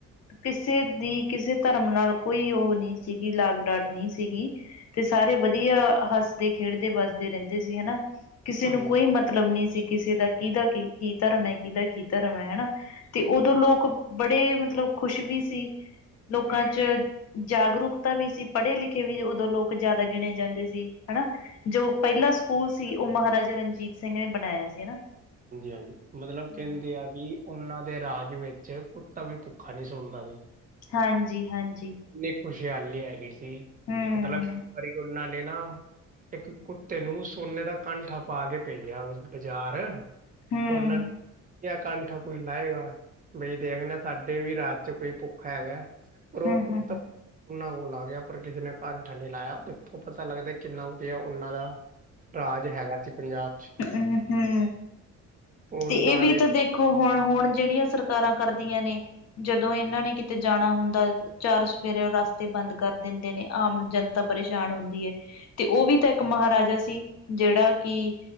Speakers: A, on the left; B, on the right.
A: ਕਿਸੇ ਦੀ ਕਿਸੇ ਧਰਮ ਨਾਲ ਕੋਈ ਓ ਨਈਂ ਸੀਗੀ ਲਾਗ ਡਾਟ ਨਈ ਸੀਗੀ। ਤੇ ਸਾਰੇ ਵਦੀਆ ਹੱਸਦੇ-ਖੇਡਦੇ ਵੱਸਦੇ ਰੈਂਦੇ ਸੀ ਹਨਾ ਕਿਸੇ
B: ਹਾਂਜੀ
A: ਨੂੰ ਕੋਈ ਮ ਮਤਲਬ ਨਈਂ ਸੀ ਕਿਸੇ ਦਾ ਕਿਦਾ ਕੀ-ਕੀ ਧਰਮ ਐ ਕਿਦਾ ਕੀ ਧਰਮ ਐ ਹਨਾ। ਤੇ ਓਦੋਂ ਲੋਕ ਬੜੇ ਮਤਲਬ ਖ਼ੁਸ਼ ਵੀ ਸੀ ਲੋਕਾਂ ਚ ਜਾਗਰੂਕਤਾ ਵੀ ਸੀ ਪੜ੍ਹੇ ਲਿਖੇ ਵੀ ਉਦੋਂ ਲੋਕ ਜਾਦਾ ਗਿਣੇ ਜਾਂਦੇ ਸੀ ਹਨਾ। ਜੋ ਪੈਲਾ ਸਕੂਲ ਸੀ ਓ ਮਹਾਰਾਜਾ ਰਣਜੀਤ ਸਿੰਘ ਨੇ ਬਨਾਏਆ ਸੀ ਹਨਾ।
B: ਹਾਂਜੀ-ਹਾਂਜੀ ਮਤਲਬ
A: ਹੂੰ,
B: ਕੈਂਦੇ ਆ ਕੇ ਓਨਾਂ ਦੇ ਰਾਜ ਵਿੱਚ ਕੁੱਤਾ ਵੀ ਭੁੱਖਾ ਨੀ ਸੋਂਦਾ ਸੀ।
A: ਹਾਂਜੀ-ਹਾਂਜੀ।
B: ਇੰਨੀ ਖੁਸ਼ਹਾਲੀ ਹੈਗੀ ਸੀ,
A: ਹੂੰ,
B: ਮਤਲਬ ਇੱਕ ਵਾਰੀ ਉਹਨਾਂ ਨੇ ਨਾ, ਇੱਕ ਕੁੱਤੇ ਨੂੰ ਸੋਨੇ ਦਾ, ਕਾੰਠਾਂ ਪਾ ਕੇ ਭੇਜਿਆ ਬਾਜ਼ਾਰ,
A: ਹੂੰ।
B: ੳਲਨ ਜਾਂ ਕਾੰਠਾਂ ਕੋਈ ਲਾਏਗਾ। ਬਈ ਦੇਖਨੇ ਹਾਂ, ਸਾਡੇ ਵੀ ਰਾਜ ਚ ਕੋਈ ਭੁੱਖਾ ਹੈਗੈ। ਰੋਕ <unintelligible>
A: ਹਮ-ਹਮ! <unintelligible>
B: ਉਨਾਂ ਕੋਲ ਆ ਗਯਾ, ਪਰ ਕਿਸੇ ਨੇ ਕਾਂਠਾ ਨੀ ਲਾਯਾ, ਇਥੋਂ ਪਤਾ ਲੱਗਦਾ, ਕਿੰਨਾ ਵਦੀਆ ਉਨਾਂ ਦਾ ਰਾਜ ਹੈਗਾ ਸੀ, ਪੰਜਾਬ ਚ
A: <unintelligible>
B: ਉਹਨਾਂ
A: ਤੇ ਇਹ ਵੀ
B: ਨੇ
A: ਤਾਂ ਦੇਖੋ ਹੁਣ, ਹੁਣ ਜਿਹੜੀਆਂ ਸਰਕਾਰਾਂ ਕਰਦੀਆਂ ਨੇ, ਜਦੋਂ ਏਨਾਂ ਨੇ, ਕਿਤੇ ਜਾਣਾ ਹੋਂਦਾ ਚਾਰ ਸਫੇਰੇ ਰਸਤੇ ਬੰਦ ਕਰ ਦਿੰਦੇ ਨੇ, ਆਮ ਜਨਤਾ ਪਰੇਸ਼ਾਨ ਹੁੰਦੀ ਹੈ, ਤੇ ਉਹ ਵੀ ਤਾਂ ਇੱਕ ਮਹਾਰਾਜਾ ਸੀ। ਜਿਹੜਾ ਕਿ